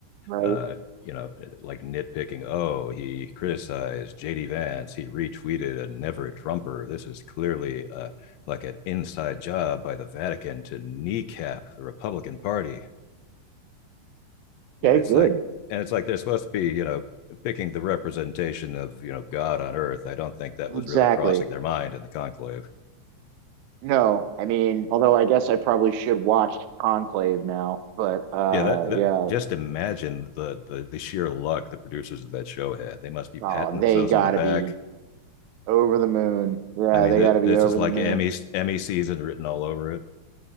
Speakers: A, on the right; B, on the left.
A: Right.
B: uh, you know, like nitpicking, oh, he criticized JD Vance, he retweeted a never Trumper. This is clearly uh, like an inside job by the Vatican to kneecap the Republican Party. And
A: Okay,
B: it's
A: good.
B: like, and it's like they're supposed to be, you know, picking the representation of, you know, God on earth. I don't think that was
A: Exactly.
B: really crossing their mind in the conclave.
A: No, I mean, although I guess I probably should watch Conclave now, but uh
B: Yeah, that, that
A: yeah,
B: just imagine the, the the sheer luck the producers of that show had. They must be patting
A: oh,
B: themselves
A: they gotta
B: on the back
A: be over the moon. Yeah,
B: I mean,
A: they
B: th-
A: gotta be
B: this
A: over
B: is like
A: the moon.
B: Emmy Emmy season written all over it.